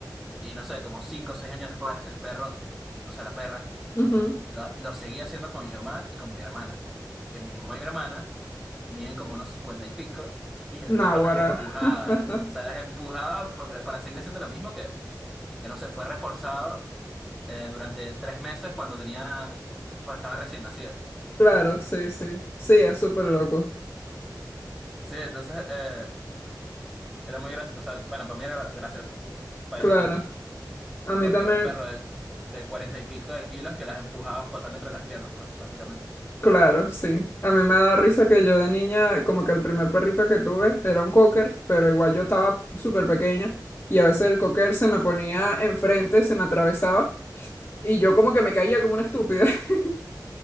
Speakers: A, in the centre; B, on the left (about 30°).
A: Y no sé, como cinco o seis años después, el perro, o sea, la perra,
B: ujú.
A: lo, lo seguía haciendo con mi mamá y con mi hermana. Que mi mamá y mi hermana miden como unos cincuenta y pico y el
B: Náguara.
A: perro las empujaba.
B: <laughs>
A: O sea, las empujaba para, para seguir haciendo lo mismo que, que no sé, fue reforzado eh, durante tres meses cuando tenía, cuando estaba recién nacido.
B: Claro, sí, sí. Sí, es súper loco.
A: Sí, entonces... eh, Era muy gracioso. O sea, bueno, para mí era gracioso. Para
B: Claro,
A: ellas no.
B: a mí
A: Porque
B: también,
A: era un perro de, de 40 y pico de kilos que las empujaba a pasar entre las piernas, pues, básicamente.
B: claro, sí. A mí me da risa que yo de niña, como que el primer perrito que tuve era un cocker, pero igual yo estaba súper pequeña y a veces el cocker se me ponía enfrente, se me atravesaba y yo como que me caía como una estúpida <laughs>